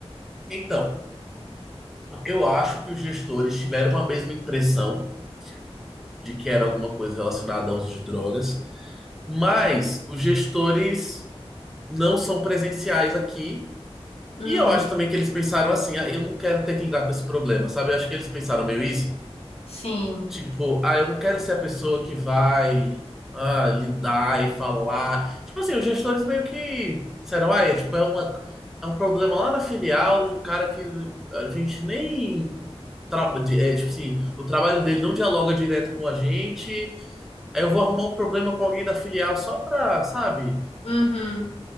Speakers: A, in the centre; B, on the left (about 70°).
A: Então, eu acho que os gestores tiveram a mesma impressão de que era alguma coisa relacionada ao uso de drogas. Mas os gestores não são presenciais aqui.
B: Hum,
A: E eu acho também que eles pensaram assim: ah, eu não quero ter que lidar com esse problema, sabe? Eu acho que eles pensaram meio isso.
B: sim.
A: Tipo, ah, eu não quero ser a pessoa que vai ah, lidar e falar. Tipo assim, os gestores meio que disseram: ah, é, tipo, é uma, é um problema lá na filial de um cara que a gente nem. tra- de- É, tipo assim, o trabalho dele não dialoga direto com a gente eu vou arrumar um problema com alguém da filial só pra, sabe,
B: Uhum.